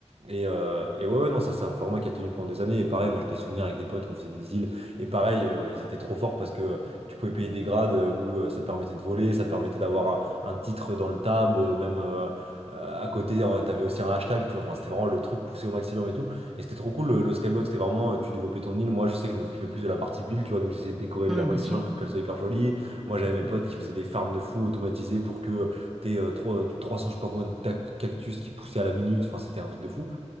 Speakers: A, on the right; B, in the centre.
A: Et, euh, et ouais, ouais, non, ça c'est un format qui a tenu pendant des années. Et pareil, moi j'ai des souvenirs avec des potes où on faisait des îles. Et pareil, euh, ils étaient trop forts parce que tu pouvais payer des grades euh, où euh, ça te permettait de voler, ça te permettait d'avoir un, un titre dans le tab, euh, même euh, euh, à côté, euh, t'avais aussi un hashtag, tu vois. Enfin, c'était vraiment le truc poussé au maximum et tout. Et c'était trop cool, le, le skyblock, c'était vraiment, euh, tu développais ton île. Moi, je sais que je m'occupais plus de la partie build, tu vois, donc j'essayais de décorer
B: ouais,
A: l'île un maximum
B: bien sûr.
A: pour qu'elle soit hyper jolie. Moi, j'avais mes potes qui faisaient des farms de fous automatisées pour que t'aies euh, trois- euh, 300 je sais pas combien de ta- cactus qui poussaient à la minute. Enfin, c'était un truc de fou.